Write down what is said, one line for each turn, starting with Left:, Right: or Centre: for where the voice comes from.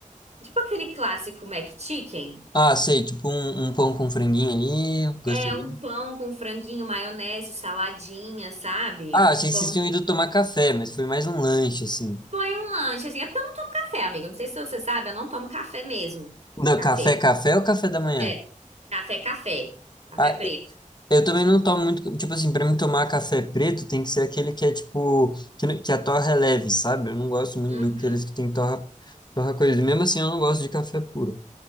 Right: tipo aquele clássico McChicken.
Left: Ah, sei, tipo um, um pão com franguinho ali, gostosinho.
Right: É um pão com franguinho, maionese, saladinha, sabe?
Left: Ah, achei
Right: pão
Left: que vocês tinham ido tomar café, mas foi mais um lanche, assim.
Right: Foi um lanche, assim. É porque eu não tomo café, amiga. Não sei se você sabe, eu não tomo café mesmo.
Left: Não,
Right: Café.
Left: café, café ou café da manhã?
Right: É. Café, café. Café
Left: Ah,
Right: preto.
Left: Eu também não tomo muito, tipo assim, pra mim tomar café preto tem que ser aquele que é tipo, que, não- que a torra é leve, sabe? Eu não gosto muito
Right: Uhum.
Left: daqueles que tem torra, torra coisa. Mesmo assim, eu não gosto de café puro.